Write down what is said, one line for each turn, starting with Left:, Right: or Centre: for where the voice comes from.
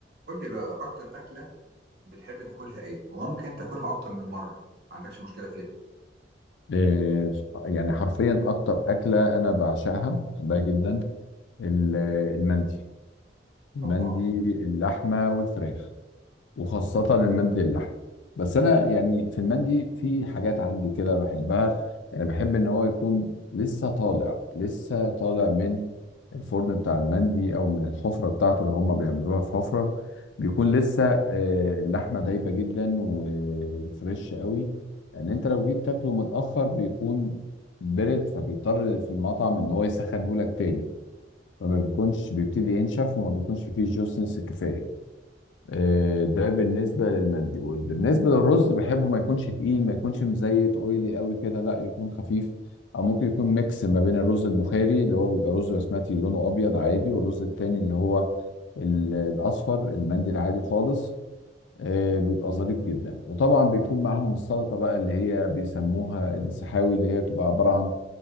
Right: قول لي بقى اكتر اكله بتحب تاكلها ايه وممكن تاكلها اكتر من مره ما عندكش مشكله فيها
Left: إيه، يعني حرفيا اكتر اكله انا بعشقها بحبها جدا ال- المندي المندي
Right: طبعا
Left: اللحمه والفراخ وخاصة المندي اللحم بس أنا يعني في المندي في حاجات عندي كده بحبها يعني بحب إن هو يكون لسه طالع لسه طالع من الفرن بتاع المندي أو من الحفرة بتاعته اللي هما بيعملوها في حفرة بيكون لسه آه، اللحمة دايبة جدا وفريش قوي لأن أنت لو جيت تاكله متأخر بيكون برد فبيضطر في المطعم إن هو يسخنهولك تاني فما بيكونش بيبتدي ينشف وما بيكونش فيه جوسنس كفاية آه، ده بالنسبة للمندي بالنسبة للرز بحبه ما يكونش تقيل ما يكونش مزيت اويلي قوي كده لا يكون خفيف او ممكن يكون ميكس ما بين الرز البخاري اللي هو بيبقى رز بسمتي لونه ابيض عادي والرز التاني اللي هو ال- الاصفر المندي العادي خالص آه، بيبقى ظريف جدا وطبعا بيكون معاهم السلطة بقى اللي هي بيسموها السحاوي اللي هي بتبقى عبارة عن